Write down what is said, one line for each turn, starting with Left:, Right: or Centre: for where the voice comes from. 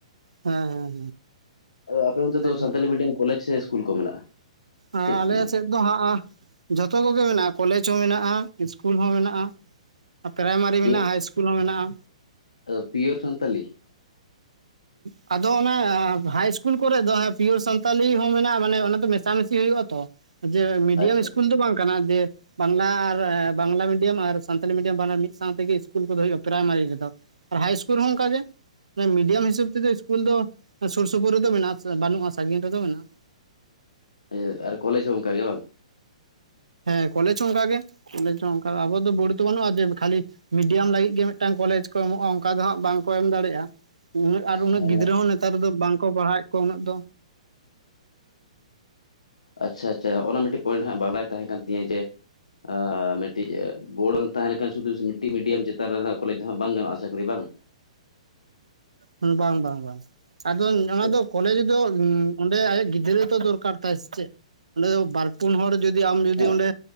Right: ᱦᱮᱸ
Left: <unintelligible> ᱚ ᱟᱯᱮ ᱚᱱᱛᱮ
Right: ᱦᱮᱸ
Left: ᱫᱚ ᱥᱟᱱᱛᱟᱞᱤ ᱢᱤᱰᱤᱭᱟᱹᱢ ᱠᱚᱞᱮᱡᱽ ᱥᱮ ᱤᱥᱠᱩᱞ ᱠᱚ ᱢᱮᱱᱟᱜᱼᱟ
Right: ᱟ
Left: ᱪᱮᱫ
Right: ᱟᱞᱮ
Left: ᱠᱚ ᱢᱮᱱᱟᱜᱼᱟ?
Right: ᱥᱮᱫ ᱫᱚ ᱦᱟᱸᱜ ᱡᱷᱚᱛᱚ ᱠᱚᱜᱮ ᱢᱮᱱᱟᱜᱼᱟ ᱠᱚᱞᱮᱡᱽ ᱦᱚᱸ ᱢᱮᱱᱟᱜᱼᱟ ᱤᱥᱠᱩᱞ ᱦᱚᱸ ᱢᱮᱱᱟᱜᱼᱟ ᱯᱨᱟᱭᱢᱟᱹᱨᱤ
Left: ᱯᱤᱭᱳ
Right: ᱢᱮᱱᱟᱜᱼᱟ ᱦᱟᱭ ᱤᱥᱠᱩᱞ ᱦᱚᱸ ᱢᱮᱱᱟᱜᱼᱟ
Left: ᱟᱫᱚ ᱯᱤᱭᱳᱨ ᱥᱟᱱᱛᱟᱞᱤ
Right: ᱟᱫᱚ ᱚᱱᱟ ᱦᱟᱭ ᱤᱥᱠᱩᱞ ᱠᱚᱨᱮ ᱫᱚ ᱯᱤᱭᱳᱨ ᱥᱟᱱᱛᱟᱞᱤ ᱦᱚᱸ ᱢᱮᱱᱟᱜᱼᱟ ᱢᱟᱱᱮ ᱚᱱᱟ ᱫᱚ ᱢᱮᱥᱼᱼ ᱪᱟ <unintelligible> ᱢᱤᱥᱤ ᱦᱩᱭᱩᱜᱼᱟ ᱛᱚ ᱡᱮ ᱢᱤᱰᱤᱭᱟᱹᱢ
Left: ᱟᱪᱪᱷᱟ
Right: ᱤᱥᱠᱩᱞ
Left: ᱟᱪᱪᱷᱟ
Right: ᱫᱚ ᱵᱟᱝ ᱠᱟᱱᱟ ᱡᱮ ᱵᱟᱝᱞᱟ ᱟᱨ ᱮᱸ ᱵᱟᱝᱞᱟ ᱢᱤᱰᱤᱭᱟᱢ ᱟᱨ ᱥᱟᱱᱛᱟᱞᱤ ᱢᱤᱰᱤᱭᱟᱢ ᱵᱟᱱᱟᱨ ᱢᱤᱫ ᱥᱟᱶᱛᱮᱜᱮ ᱤᱥᱠᱩᱞ ᱠᱚᱫᱚ ᱦᱩᱭᱩᱜᱼᱟ ᱯᱨᱟᱭᱢᱟᱹᱨᱤ ᱨᱮᱫᱚ ᱦᱟᱭ ᱤᱥᱠᱩᱞ ᱨᱮᱦᱚᱸ ᱚᱱᱠᱟᱜᱮ ᱢᱤᱰᱤᱭᱟᱹᱢ ᱦᱤᱥᱟᱹᱵᱽ ᱛᱮᱫᱚ ᱠᱩᱞ ᱫᱚ ᱥᱩᱨ-ᱥᱩᱯᱩᱨ ᱨᱮᱫᱚ ᱢᱮᱱᱟᱜᱼᱟ ᱥᱮ ᱵᱟᱹᱱᱩᱜᱼᱟ ᱥᱟᱺᱜᱤᱧ ᱨᱮᱫᱚ ᱢᱮᱱᱟᱜᱼᱟ
Left: <unintelligible> ᱟᱨ ᱠᱚᱞᱮᱡᱽ ᱦᱚᱸ ᱚᱱᱠᱟ ᱜᱮ ᱵᱟᱝ
Right: ᱦᱮᱸ ᱠᱚᱞᱮᱡᱽ ᱦᱚᱸ ᱚᱝᱠᱟ ᱜᱮ ᱠᱚᱞᱮᱡᱽ ᱦᱚᱸ ᱚᱱᱠᱟ ᱜᱮ ᱟᱵᱚ ᱫᱚ ᱵᱟᱹᱲ ᱛᱚ ᱵᱟᱹᱱᱩᱜᱼᱟ ᱡᱮ ᱠᱷᱟᱞᱤ ᱢᱤᱰᱤᱭᱟᱢ ᱞᱟᱹᱜᱤᱫ ᱜᱮ ᱢᱤᱫᱴᱟᱝ ᱠᱚᱞᱮᱡᱽ ᱠᱚ ᱮᱢᱚᱜᱼᱟ ᱚᱱᱠᱟ ᱫᱚ ᱦᱟᱸᱜ ᱵᱟᱝ ᱠᱚ ᱮᱢ ᱫᱟᱲᱮᱭᱟᱜᱼᱟ ᱩᱸᱦᱩᱜ ᱟᱨ ᱩᱱᱟᱹᱜ
Left: ᱦᱮᱸ
Right: ᱜᱤᱫᱽᱨᱟᱹ ᱦᱚᱸ ᱱᱮᱛᱟᱨ ᱫᱚ ᱵᱟᱝ ᱠᱚ ᱯᱟᱲᱦᱟᱣᱮᱫ ᱠᱚᱣᱟ ᱩᱱᱟᱹᱜ ᱫᱚ
Left: ᱟᱪᱪᱷᱟ ᱟᱪᱪᱷᱟ ᱚᱱᱟ ᱢᱤᱫᱴᱤᱡ ᱯᱚᱭᱮᱱᱴ ᱦᱟᱸᱜ ᱵᱟᱰᱟᱭ ᱛᱟᱦᱮᱸ ᱠᱟᱱ ᱛᱤᱧᱟᱹ ᱡᱮ ᱟᱻ ᱢᱤᱫᱴᱤᱡ ᱵᱳᱲ ᱛᱟᱦᱮᱸ ᱞᱮᱱᱠᱷᱟᱱ ᱥᱩᱫᱩ ᱢᱤᱫᱴᱤᱡ ᱢᱤᱰᱤᱭᱟᱢ ᱪᱮᱛᱟᱱ ᱨᱮ ᱠᱚᱞᱮᱡᱽ ᱫᱚᱦᱟᱸᱜ ᱵᱟᱝ ᱜᱟᱱᱚᱜᱼᱟ ᱥᱮ ᱪᱟᱹᱠᱨᱤ ᱵᱟᱝ
Right: ᱦᱩᱸ ᱵᱟᱝ ᱵᱟᱝ ᱵᱟᱝ ᱟᱫᱚ ᱱᱟᱣᱟ
Left: ᱥᱮ
Right: ᱫᱚ ᱠᱚᱞᱮᱡᱽ ᱫᱚ ᱩᱻ ᱚᱸᱰᱮ <unintelligible> ᱟᱭᱟᱜ ᱜᱤᱫᱽᱨᱟᱹ ᱛᱚ ᱫᱚᱨᱠᱟᱨ ᱛᱟᱭ ᱥᱮ ᱪᱮᱫ ᱚᱸᱰᱮ ᱫᱚ ᱵᱟᱨ <unintelligible> ᱯᱩᱱ ᱦᱚᱲ ᱡᱩᱫᱤ ᱟᱢ ᱡᱩᱫᱤ
Left: ᱦᱮᱸ
Right: ᱚᱸᱰᱮ